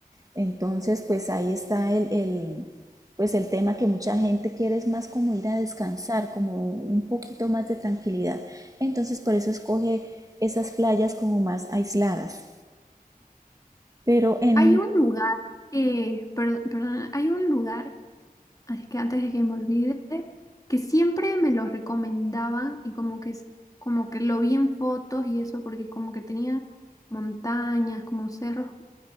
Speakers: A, on the right; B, on the left.
A: Entonces, pues ahí está el, el, pues el tema que mucha gente quiere es más como ir a descansar, como un poquito más de tranquilidad. Entonces, por eso escoge esas playas como más aisladas. Pero en
B: Hay un lugar que, perdón, perdón, hay un lugar, es que antes de que me olvide, que siempre me lo recomendaban y como que, es- como que lo vi en fotos y eso, porque como que tenía montañas, como cerros,